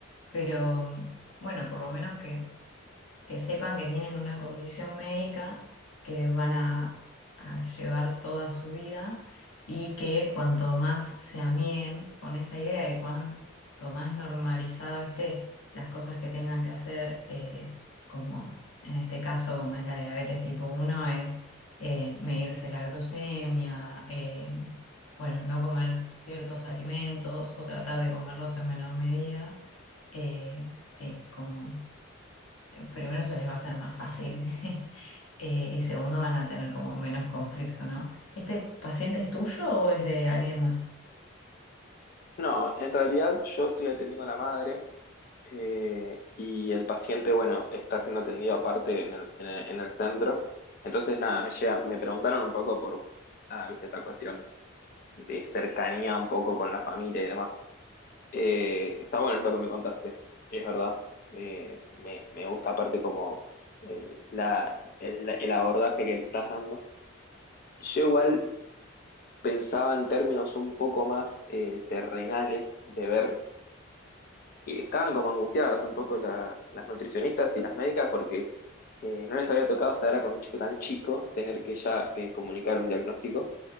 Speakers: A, on the left; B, on the left.
A: pero mm, bueno, por lo menos que que sepan que tienen una condición médica que van a, a llevar toda su vida y que cuanto más se amiguen con esa idea y cuanto más normalizado esté las cosas que tengan que hacer, eh, como en este caso, como es la diabetes tipo uno es eh, medirse la glucemia, eh, bueno, no comer ciertos alimentos o tratar de comerlos en menor medida. Eh, sí, es como primero se les va a hacer más fácil <laughs> eh, y segundo van a tener como menos conflicto, ¿no? ¿Este paciente es tuyo o es de alguien más?
B: No, en realidad yo estoy atendiendo a la madre eh, y el paciente, bueno, está siendo atendido aparte en el, en el, en el centro. Entonces, nada, me llega, me preguntaron un poco por, nada, viste, esta cuestión de cercanía un poco con la familia y demás. Eh, está bueno esto que me contaste, es verdad. Eh, me, me gusta aparte como eh, la, el, el abordaje que le estás dando. Yo igual pensaba en términos un poco más eh, terrenales de ver y estaban como angustiadas un poco la- las nutricionistas y las médicas porque eh, no les había tocado hasta ahora con un chico tan chico tener que ya eh, comunicar un diagnóstico.